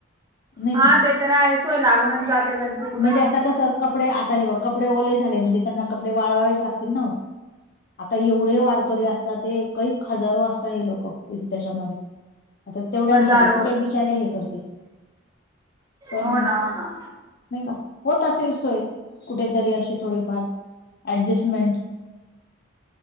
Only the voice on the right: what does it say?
हा
ते तर आहे सोय लागूनच जाते त्यांची कुठे
न
कुठ?
हजारो
हो ना हो ना